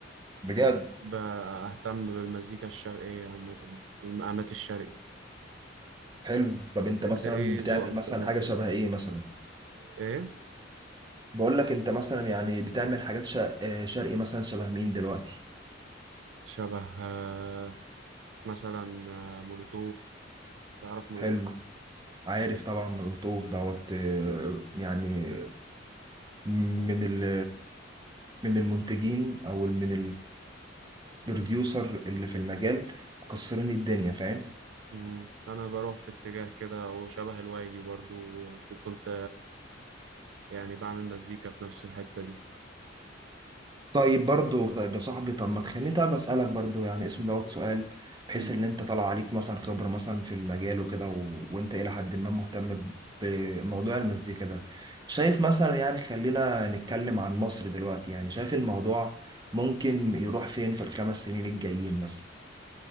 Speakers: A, on the right (about 20°); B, on the right (about 80°).
A: بجد
B: بهتم بالمزيكا الشرقية عامة والمقامات الشرقي
A: حلو طب انت مثلا
B: انت ايه
A: بتعمل
B: ذوقك
A: مثلا
B: في الحتة
A: حاجة شبه
B: دي؟
A: ايه مثلا
B: ايه
A: بقول لك انت مثلا يعني بتعمل حاجات شر- آه، شرقي مثلا شبه مين دلوقتي
B: شبه آه، مثلا آه، مولوتوف تعرف مولوتوف
A: حلو عارف طبعا ملوخوف دوت آه، يعني من ال من المنتجين او من البروديوسر اللي في المجال مكسرين الدنيا فاهم
B: مم. انا بروح في اتجاه كده وشبه الوايلي برضو آه، وكنت يعني بعمل مزيكا في نفس الحتة دي
A: طيب برضو طيب يا صاحبي طب ما تخليني طب اسالك برضو يعني اسم دوت سؤال بحيث
B: مم.
A: ان انت طالع عليك مثلا خبره مثلا في المجال وكده و... وانت الى حد ما مهتم ب- بموضوع المزيكا ده شايف مثلا يعني خلينا نتكلم عن مصر دلوقتي يعني شايف الموضوع ممكن يروح فين في الخمس سنين الجايين مثلا